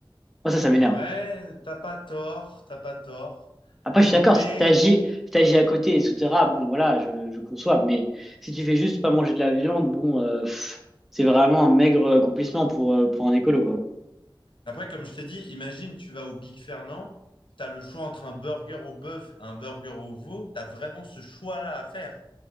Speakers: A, in the centre; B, on the left.
A: Moi, ça, ça m'énerve.
B: Ouais, t'as pas tort, t'as pas tort.
A: Après, je
B: Mais
A: suis d'accord, si t'agis, si t'agis à côté, et etc., bon, voilà, je, je conçois. Mais si tu fais juste pas manger de la viande, bon, euh, pff, c'est vraiment un maigre accomplissement pour, euh, pour un écolo, quoi.
B: après, comme je t'ai dit, imagine, tu vas au Big Fernand, t'as le choix entre un burger au bœuf et un burger au veau, t'as vraiment ce choix-là à faire.